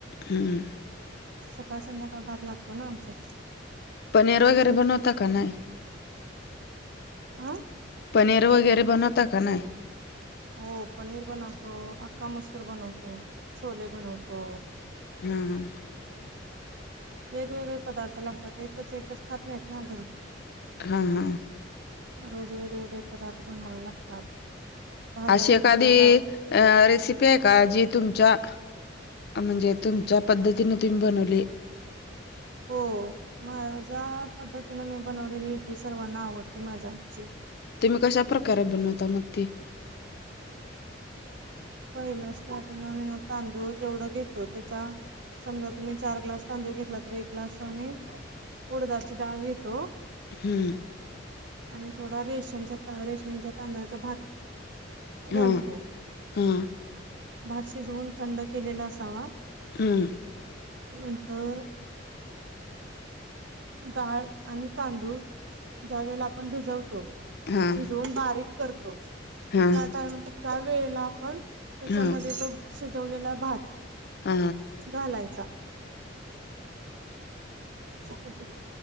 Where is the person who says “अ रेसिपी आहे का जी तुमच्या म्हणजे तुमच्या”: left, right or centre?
Left